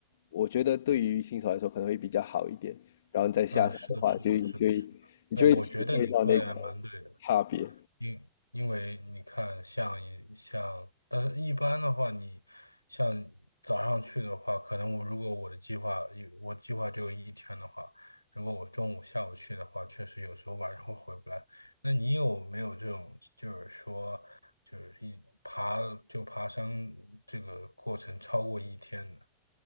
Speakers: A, on the left (about 60°); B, on the left (about 85°).
A: 我觉得对于新手来说可能会比较好一点。然后你再下山的话，
B: 呃，是的，是的，
A: 就你就会你就会体会到那个
B: 是的，是的。呃，我觉得你说的也蛮对的，
A: 差别。
B: 因因为你看像，一像，但是一般的话，你像早上去的话，可能我如果我的计划一我计划只有一天的话，如果我中午、下午去的话，确实有时候晚上会回不来。那你有没有这种，就是说，就是一爬就爬山这个过程超过一天的？